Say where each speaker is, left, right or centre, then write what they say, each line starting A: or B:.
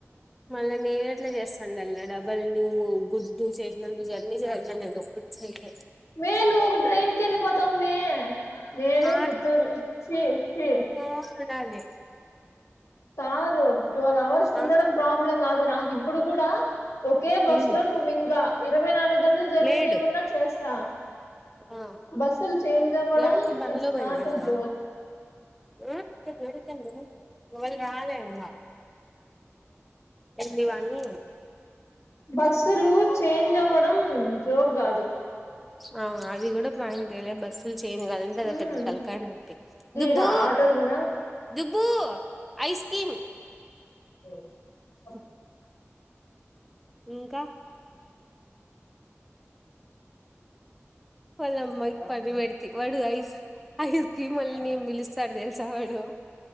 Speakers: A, in the centre; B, on the left.
A: మళ్ళా నేను ఎట్లా చేస్తానల్ డబ్బు రి ను బుద్బు చే నందు జర్నీ చే
B: అమే నువ్వు ట్రైన్ కేలీపోతావు అమే నేను
A: ఆ
B: కుత్తూ చి చి
A: పోస్టడేలీ
B: కాదు ట్వల్వ్ అవర్స్
A: ఆ
B: ఉండడం ప్రాబ్లం కాదు నాకు ఇప్పుడు కూడా ఒకే
A: వెళ్ళు
B: బస్ లో నువ్ ఇంకా ఇరవై ఇవై నాలుగు గంటలు జర్నీ
A: లేడు
B: చేయమన్నా చేస్తా
A: ఆ
B: బస్సులు చేంజ్ అవ్వడం
A: బ్యాక్కు బందలో
B: ఇట్స్
A: పోయిన
B: నాట్
A: అమ్మా
B: ఎ జోక్
A: ఉమ్ ఇవాళ రాలే ఇంగ ఎంటి ఇవన్నీ
B: బస్సులు చేంజ్ అవ్వడం జోక్ కాదు
A: అ అది కూడా పాయింటెలే బస్సు తెనుగవాలంటే అది
B: హ్మ్
A: ఓ పెద్ద తలకైనొప్పి దుబ్బు
B: ఈడ ఆటోకు పోయిన
A: దుబ్ బ్బు ఐస్క్రీమ్
B: ఓ ప
A: సి ఇంకా పదమ్మ ఇ పని పెడత వడు అయిస్ ఐస్ క్రీమ్ వాళ్లని ఎం పిలుస్తాడు తెలుసా వాడు